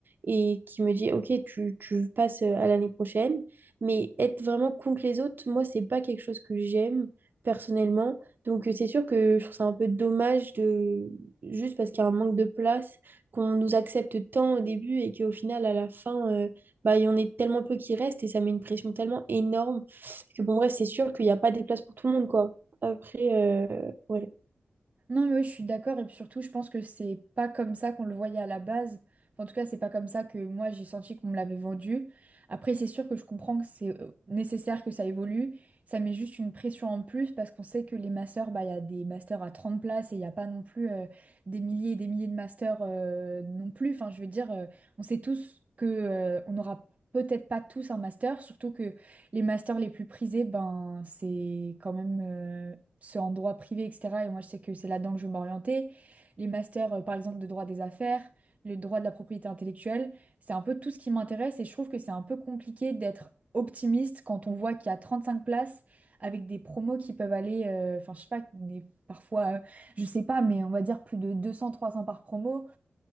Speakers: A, on the right (about 55°); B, on the right (about 35°).
A: et qui me dit, ok, tu, tu passes euh, à l'année prochaine, mais être vraiment contre les autres, moi c'est pas quelque chose que j'aime personnellement, donc euh, c'est sûr que je trouve ça un peu dommage de juste parce qu'il y a un manque de place qu'on nous accepte tant au début et qu'au final, à la fin, euh, bah, il y en est tellement peu qui restent et ça met une pression tellement énorme que bon, bref, c'est sûr qu'il n'y a pas des places pour tout le monde, quoi. Après, euh, ouais,
B: Non, mais oui, je suis d'accord. Et puis surtout, je pense que c'est pas comme ça qu'on le voyait à la base. Enfin, en tout cas, c'est pas comme ça que moi, j'ai senti qu'on me l'avait vendu. Après, c'est sûr que je comprends que c'est euh, nécessaire que ça évolue. Ça met juste une pression en plus parce qu'on sait que les masters, bah, il y a des masters à 30 places et il n'y a pas non plus euh, des milliers et des milliers de masters euh, non plus. Enfin, je veux dire, euh, on sait tous que euh, on n'aura peut-être pas tous un master, surtout que les masters les plus prisés, ben, c'est quand même euh, ceux en droit privé, etc. Et moi, je sais que c'est là-dedans que je veux m'orienter. Les masters, euh, par exemple, de droit des affaires, le droit de la propriété intellectuelle, c'est un peu tout ce qui m'intéresse et je trouve que c'est un peu compliqué d'être optimiste quand on voit qu'il y a 35 places avec des promos qui peuvent aller, euh, enfin, je sais pas, des- parfois, euh, je sais pas, mais on va dire plus de 200-300 par promo.